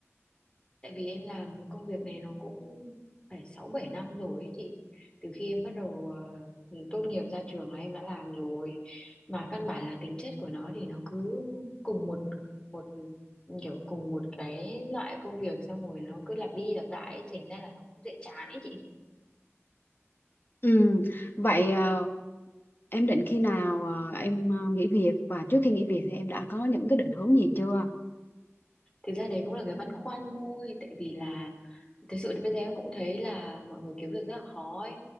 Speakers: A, on the left; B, on the left.
A: Tại vì em làm công việc này nó cũng phải sáu bảy năm rồi ấy chị. Từ khi em bắt đầu ờ, tốt nghiệp ra trường là em đã làm rồi. Mà căn bản là tính chất của nó thì nó cứ cùng một một kiểu cùng một cái loại công việc xong rồi nó cứ lặp đi lặp lại ấy, thành ra là nó cũng dễ chán ấy chị.
B: Ừ, vậy ờ, em định khi nào ờ, em ờ, nghỉ việc và trước khi nghỉ việc thì em đã có những cái định hướng gì chưa?
A: Thực ra đấy cũng là cái băn khoăn thôi, tại vì là Thực sự thì bây giờ em cũng thấy là mọi người kiếm việc rất là khó ấy.